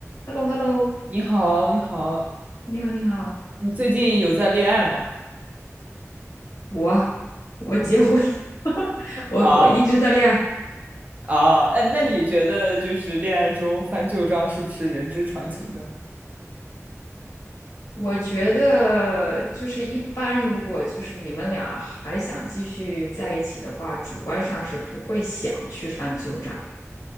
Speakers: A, on the left; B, on the right.
A: h e l l o h e l l o
B: 你好，你好，
A: 你好，你好，
B: 你最近有在恋爱吗？
A: 我我结婚了，
B: 嗯
A: <laughs> 我我一直在恋爱。
B: 啊啊，哎，那你觉得就是恋爱中翻旧账是不是人之常情呢？
A: 我觉得就是一般，如果就是你们俩还想继续在一起的话，主观上是不会想去翻旧账。